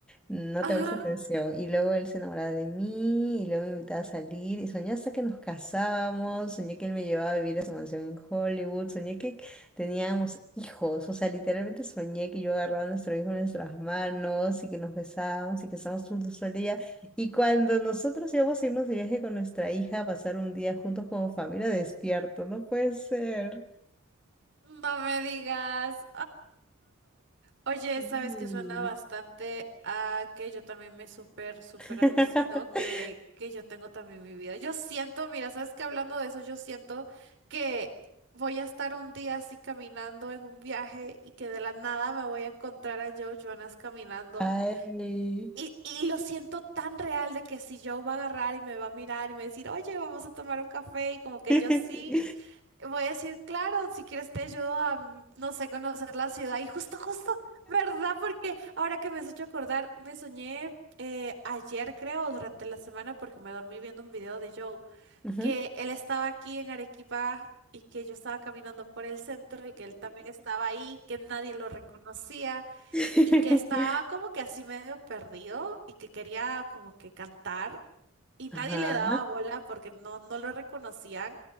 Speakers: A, in the centre; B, on the right (about 55°).
A: No
B: Ajá,
A: te presta atención. Y luego él se enamoraba de mí y luego me invitaba a salir y soñé hasta que nos casábamos, soñé que él me llevaba a vivir a su mansión en Hollywood, soñé que teníamos hijos, o sea, literalmente soñé que yo agarraba a nuestro hijo en nuestras manos y que nos besábamos y que estábamos juntos todo el día. Y cuando nosotros íbamos a irnos de viaje con nuestra hija a pasar un día juntos como familia, despierto, no puede ser.
B: no me digas. Oye,
A: Sí.
B: sabes que suena bastante a que yo también me súper, súper
A: <laughs>
B: alucino, que, que yo tengo también mi vida. Yo siento, mira, sabes que hablando de eso, yo siento que voy a estar un día así caminando en un viaje y que de la nada me voy a encontrar a Joe Jonas caminando.
A: Ay.
B: Y, y lo siento tan real de que si Joe va a agarrar y me va a mirar y me va a decir, oye, vamos a tomar un café, y como que
A: <laughs>
B: yo sí. Voy a decir, claro, si quieres te ayudo a, mm, no sé, conocer la ciudad. Y justo, justo, ¿verdad? Porque ahora que me has hecho acordar, me soñé eh, ayer, creo, durante la semana, porque me dormí viendo un video de Joe,
A: Ujú.
B: que él estaba aquí en Arequipa y que yo estaba caminando por el centro y que él también estaba ahí, que nadie lo reconocía
A: <laughs>
B: y que estaba como que así medio perdido y que quería como que cantar y nadie
A: Ajá.
B: le daba bola porque no, no lo reconocían